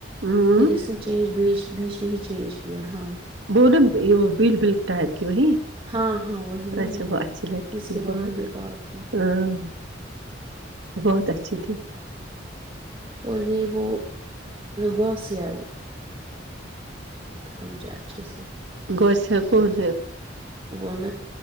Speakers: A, on the right (about 70°); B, on the right (about 30°).
A: ہوں
B: پھررین چینج بی بیچ میں ہی چینج کیا ہاں
A: وہو یہ بل بل ٹائپ کی وہیں
B: ہاں ہاں وہی نا
A: اچھا
B: وہی
A: وہ اچھی لڑکی
B: جس
A: تھی
B: کے وہ
A: بہت
B: لمبے بال تھے
A: ہاں بہت اچھی تھی
B: اوجوکے بھی رابطہ تھا مجھ سے
A: گس کون
B: وہن